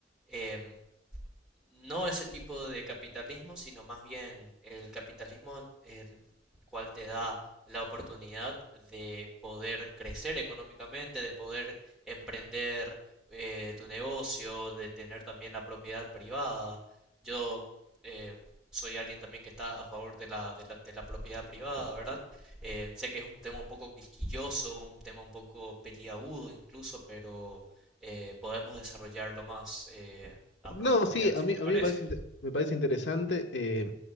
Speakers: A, in the centre; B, on the left (about 70°).
A: em, no ese tipo de capitalismo, sino más bien el capitalismo el cual te da la oportunidad de poder crecer económicamente, de poder emprender eh, tu negocio, de tener también la propiedad privada. Yo eh, soy alguien también que está a favor de la, de la, de la propiedad privada, ¿verdad? Eh, sé que es un tema un poco quisquilloso, un tema un poco peliagudo incluso, pero eh, podemos desarrollarlo más. eh, a
B: No,
A: profundidad,
B: sí, a
A: si
B: mí,
A: te
B: a
A: parece.
B: mí me parece, inte- me parece interesante. eh,